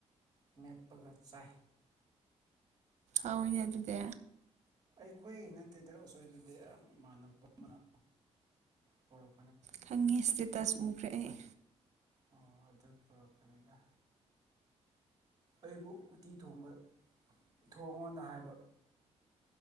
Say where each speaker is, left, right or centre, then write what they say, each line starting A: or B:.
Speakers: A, on the right; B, on the right.
A: ꯃꯦꯠꯄꯒ ꯆꯥꯏ
B: ꯑ ꯑꯗꯨ ꯑꯗꯨꯗꯤ
A: ꯑꯩꯈꯣꯏꯒꯤ ꯅꯠꯇꯦꯗ ꯑꯁꯣꯏꯗꯨꯗꯤ ꯌꯥꯝ ꯏꯃꯥꯟꯅꯕ ꯑꯃꯅ ꯄꯨꯔꯛꯄ
B: ꯈꯪꯉꯦ ꯏꯁꯇꯦꯇꯁ ꯎꯈ꯭ꯔꯦꯦ ꯑꯩ
A: ꯑꯣ ꯑꯗꯨ ꯄꯨꯔꯛꯀꯅꯤꯗ ꯑꯩꯕꯨ ꯎꯇꯤ ꯊꯣꯡꯕ ꯊꯣꯡꯉꯣꯅ ꯍꯥꯏꯕ